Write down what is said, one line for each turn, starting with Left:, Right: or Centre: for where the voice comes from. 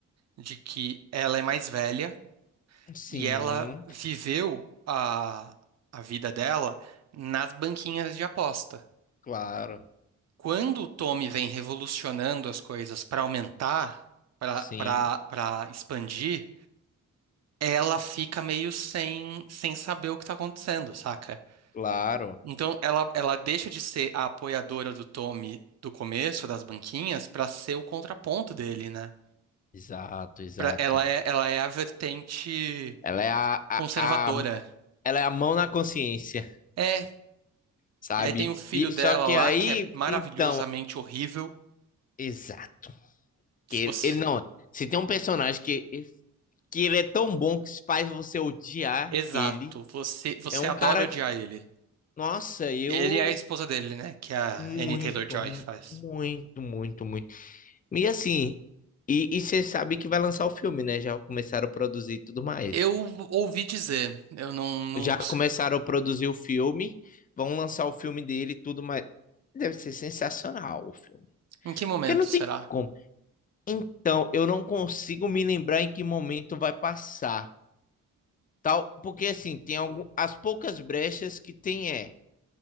Right: de que ela é mais velha
Left: Sim,
Right: e ela viveu a, a vida dela nas banquinhas de aposta.
Left: claro.
Right: Quando o Tommy vem revolucionando as coisas para aumentar, para
Left: Sim,
Right: para expandir, ela fica meio sem, sem saber o que está acontecendo, saca?
Left: claro.
Right: Então ela, ela deixa de ser a apoiadora do Tommy do começo das banquinhas para ser o contraponto dele, né?
Left: Exato, exato.
Right: Pra, ela é, ela é a vertente
Left: Ela é a, a,
Right: conservadora.
Left: a- ela é a mão na consciência.
Right: É,
Left: sabe?
Right: E aí tem o filho
Left: E
Right: dela
Left: só que
Right: lá,
Left: aí,
Right: que é maravilhosamente
Left: então,
Right: horrível.
Left: exato. Que ele,
Right: Você-
Left: ele não, se tem um personagem que que ele é tão bom que faz você odiar
Right: Exato,
Left: ele,
Right: você, você
Left: é um
Right: adora
Left: cara,
Right: odiar ele.
Left: nossa, eu
Right: Ele é a esposa dele, né? Que a
Left: muito,
Right: Annie Taylor-Joy
Left: mu-
Right: faz.
Left: muito, muito, muito. E assim, e você sabe que vai lançar o filme, né? Já começaram a produzir e tudo mais.
Right: Eu ouvi dizer, eu não, não
Left: Já
Right: busquei.
Left: começaram a produzir o filme, vão lançar o filme dele e tudo mais. Deve ser sensacional o filme.
Right: Em que momento
Left: Porque não
Right: será?
Left: tem como. Então, eu não consigo me lembrar em que momento vai passar, tal, porque assim, tem algum, as poucas brechas que tem é